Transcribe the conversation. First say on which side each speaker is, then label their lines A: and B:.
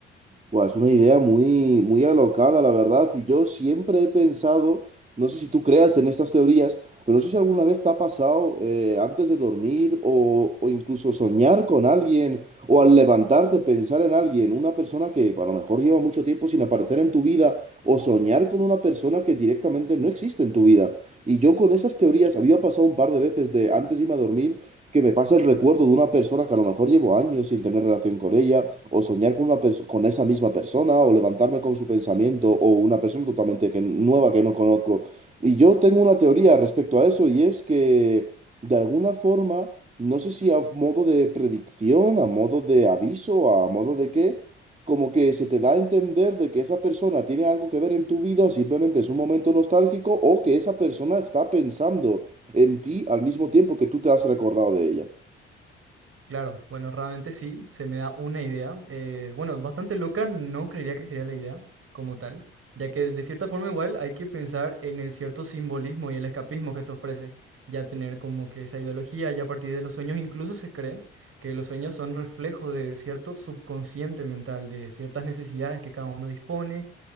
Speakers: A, on the right; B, on the right.
A: Buah, es una idea muy, muy alocada, la verdad. Y yo siempre he pensado, no sé si tú creas en estas teorías, pero no sé si alguna vez te ha pasado eh, antes de dormir o, o incluso soñar con alguien o al levantarte pensar en alguien, una persona que a lo mejor lleva mucho tiempo sin aparecer en tu vida o soñar con una persona que directamente no existe en tu vida. Y yo con esas teorías había pasado un par de veces de antes de irme a dormir que me pasa el recuerdo de una persona que a lo mejor llevo años sin tener relación con ella o soñar con una perso- con esa misma persona, o levantarme con su pensamiento, o una persona totalmente que, nueva que no conozco. Y yo tengo una teoría respecto a eso, y es que de alguna forma, no sé si a modo de predicción, a modo de aviso, a modo de qué, como que se te da a entender de que esa persona tiene algo que ver en tu vida, o simplemente es un momento nostálgico, o que esa persona está pensando en ti al mismo tiempo que tú te has recordado de ella.
B: Claro, bueno, realmente sí, se me da una idea. Eh, bueno, bastante loca, no creería que sería la idea como tal, ya que de cierta forma igual hay que pensar en el cierto simbolismo y el escapismo que te ofrece, ya tener como que esa ideología, ya a partir de los sueños incluso se cree que los sueños son reflejo de cierto subconsciente mental, de ciertas necesidades que cada uno dispone